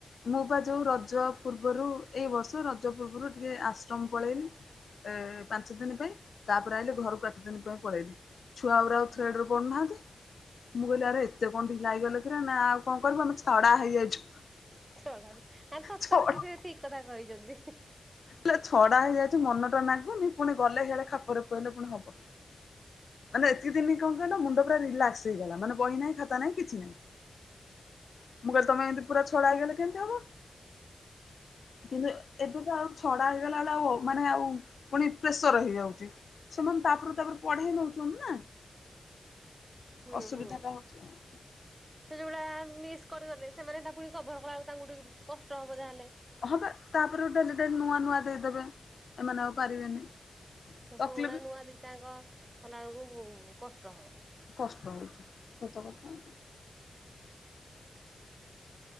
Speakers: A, on the left (about 75°); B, on the right (about 20°).
A: ମୁଁ ବା ଯୋଉ ରଜ ପୂର୍ବରୁ ଏଇ ବର୍ଷ ରଜ ପୂର୍ବରୁ ଟିକେ ଆଶ୍ରମ ପଳେଇଲି। ଏ ପାଞ୍ଚ ଦିନ ପାଇଁ ତାପରେ ଆଇିଲେ ଘରକୁ ଆଠ ଦିନ ପାଇଁ ପଳେଇଲି। ଛୁଆଗୁରା ଆଉ ଥ୍ରେଡରେ ପଢୁନାହାନ୍ତି ମୁଁ କହିଲି ଆରେ ଏତେ କଣ ଢିଲା ହେଇଗଲେ ରେ ନା ଆଉ କଣ କରିବୁ ଆମେ ଛଡା ହେଇଯାଇଛୁ।
B: ଛଡ଼ା ଆ ସତରେ
A: ଛଡା
B: ସେ ସେ ଠିକ କଥା କହିଛନ୍ତି।
A: ହେଲା ଛଡା ହେଇଯାଇଛି ମନ ଟା ନାଗୁନି ପୁଣି ଗଲେ ସେଇଆଡେ ଖାପରେ ପଇଲେ ପୁଣି ହବ। ମାନେ ଏତିକି ଦିନ କଣ କହିଲା ମୁଣ୍ଡ ପୁର ରିଲାକସ ହେଇଗଲା ମାନେ ବହି ନାହିଁ ଖାତା ନାହିଁ କିଛି ନାହିଁ। ମୁଁ କହିଲି ତମେ ଏମିତି ପୁରା ଛଡା ହେଇଗଲେ କେମିତି ହବ। କିନ୍ତୁ ଏବେକା ଆଉ ଛଡା ଗଲା ବେ ଆ ମାନେ ଆଉ ପୁଣି ପ୍ରେସର ହେଇଯାଉଛି ସେମାନେ ତାପରୁ ତାପରେ ପଢେଇ ନଉ ନା
B: ହୁଁ
A: ଅସୁବିଧା
B: ହୁଁ।
A: ଟା ହଉଛି ଆଉ।
B: ସେ ଯଉଡା ମିସ୍ କରି ଗଲେ ସେମାନେ ସେଟା ପୁଣି କଭର କଲା ବେଳକୁ ତାଙ୍କୁ ଟିକେ କଷ୍ଟ ହବ ଯାହେଲେ।
A: ହଁବା ତାପରେ ଗୋଟେ ଡେଲି ଡେଲି ନୂଆ ନୂଆ ଦେଇଦେବେ ଏମାନେ ଆଉ ପାରିବେନି।
B: ସେ
A: ତକଲିଫ
B: ପୁରୁଣା ନୂଆ ଦିଟାଙ୍କ କଲା ବେଳକୁ କଷ୍ଟ ହବ।
A: କଷ୍ଟ ହଉଛି ସତକଥା।